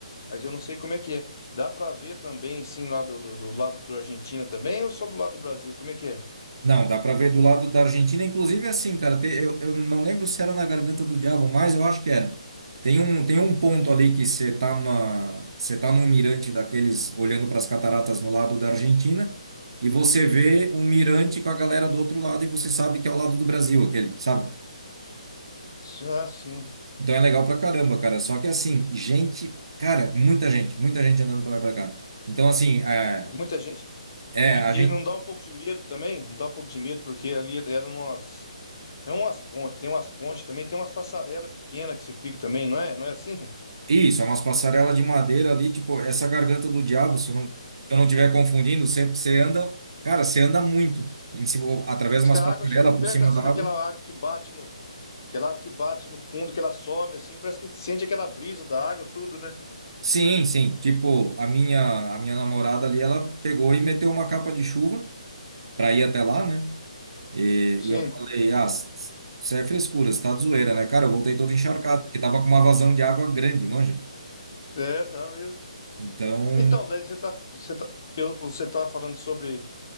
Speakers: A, on the left; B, on the right.
A: Mas eu não sei como é que é. Dá pra ver também, sim, lá do, do, do lado da Argentina também, ou só do lado do Brasil? Como é que é?
B: Não, dá pra ver do lado da Argentina, inclusive assim, cara. tem- eu, eu não lembro se era na Garganta do Diabo, mas eu acho que era. Tem um, tem um ponto ali que você tá na, você tá num mirante daqueles olhando para as cataratas no lado da Argentina e você vê um mirante com a galera do outro lado e você sabe que é o lado do Brasil aquele, sabe?
A: Ah, sim.
B: Então é legal pra caramba, cara. Só que assim, gente, cara, muita gente, muita gente andando pra lá e pra cá. Então assim, é,
A: É muita gente.
B: é,
A: E,
B: a
A: e
B: gente
A: não dá um pouco de medo também? Não dá um pouco de medo, porque ali eram umas. É umas pontes, tem umas pontes também, tem umas passarelas pequenas que você fica também, não é? Não é assim?
B: Isso, é umas passarelas de madeira ali, tipo, essa garganta do diabo, se eu não, se eu não estiver confundindo, você, você anda, cara, você anda muito, em cima, através
A: Diz
B: de umas
A: que a
B: passarelas
A: água chega perto
B: por cima
A: assim
B: da água.
A: daquela água que bate no, aquela água que bate no fundo, que ela sobe assim, parece que sente aquela brisa da água, tudo, né?
B: Sim, sim, tipo, a minha, a minha namorada ali, ela pegou e meteu uma capa de chuva pra ir até lá, né? E,
A: Sim,
B: e eu falei, ah, isso é frescura, você tá de zoeira, né? Cara, eu voltei todo encharcado, porque tava com uma vazão de água grande, manja.
A: é, dá mesmo.
B: Então,
A: Então, daí você tá, você tá, eu, você tá falando sobre